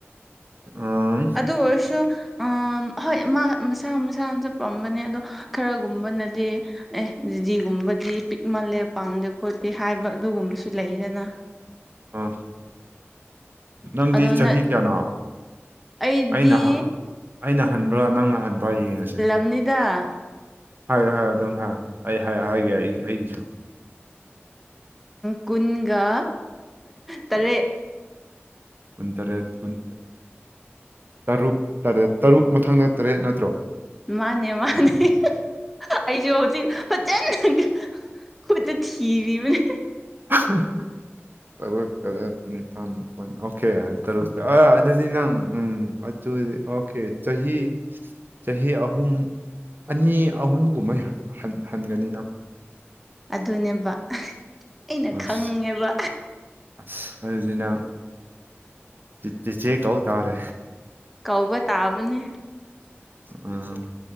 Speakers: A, on the right (about 50°); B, in the centre.
A: ꯎꯝ
B: ꯑꯗꯨ ꯑꯣꯏꯔꯁꯨ ꯑ ꯍꯣꯏ ꯃꯥ ꯃꯁꯥ ꯃꯁꯥꯅꯁꯨꯠ ꯄꯥꯝꯕꯅꯦ ꯑꯗꯣ ꯈꯔꯒꯨꯝꯕꯅꯗꯤ ꯑꯦ ꯖꯤꯖꯤꯒꯨꯝꯕꯗꯤ ꯄꯤꯛꯃꯜꯂꯦ ꯄꯥꯝꯗꯦ ꯈꯣꯠꯇꯦ ꯍꯥꯏꯕ ꯑꯗꯨꯒꯨꯝꯕꯁꯨ ꯂꯩꯗꯅ
A: ꯑꯥ ꯅꯪꯗꯤ
B: ꯑꯗꯣ
A: ꯆꯍꯤ
B: ꯅ
A: ꯀꯌꯥꯅꯣ
B: ꯑꯩꯗꯤ
A: ꯑꯩꯅ ꯑꯩꯅ ꯍꯟꯕ꯭ꯔꯥ ꯅꯪꯅ ꯍꯟꯕ꯭ꯔꯥ ꯌꯦꯡꯉꯁꯤ
B: ꯑꯅꯤꯗ
A: ꯍꯥꯏꯌꯣ ꯍꯥꯏꯌꯣ ꯑꯗꯨꯝ ꯍꯥꯏ ꯑꯩ ꯍꯥꯏ ꯍꯥꯏꯒꯦ ꯑꯩ ꯑꯩꯒꯤꯁꯨ
B: ꯀꯨꯟꯒ ꯇꯔꯦꯠ
A: ꯀꯨꯟꯇꯔꯦꯠ ꯀꯨꯟ ꯇꯔꯨꯛ ꯇꯔꯦꯠ ꯇꯔꯨꯛ ꯃꯊꯪꯗ ꯇꯔꯦꯠ ꯅꯠꯇ꯭ꯔꯣ
B: ꯃꯥꯅꯦ ꯃꯥꯅꯦ <unintelligible> ꯑꯩꯖꯨ ꯍꯧꯖꯤꯛ ꯐꯖꯅ ꯈꯨꯠꯇ ꯊꯤꯔꯤꯕꯅꯦ
A: <unintelligible> ꯇꯔꯨꯛ ꯇꯔꯦꯠ ꯅꯤꯄꯥꯜꯄꯨꯟ ꯑꯣꯀꯦ ꯇꯔꯨꯛ ꯑꯗꯨꯗꯤ ꯅꯪ ꯎꯝ <unintelligible> ꯑꯣꯀꯦ ꯆꯍꯤ ꯆꯍꯤ ꯑꯍꯨꯝ ꯑꯅꯤ ꯑꯍꯨꯝꯒꯨꯝꯕ ꯍꯟꯒꯅꯤꯗ
B: ꯑꯗꯨꯅꯦꯕ ꯑꯩꯅ
A: ꯑꯁ
B: ꯈꯪꯉꯦꯕ
A: ꯑꯁ ꯑꯗꯨꯗꯤ ꯅꯪ ꯆꯤꯆꯦ ꯀꯧ ꯇꯥꯔꯦ
B: ꯀꯧꯕ ꯇꯥꯕꯅꯦ
A: ꯎꯝ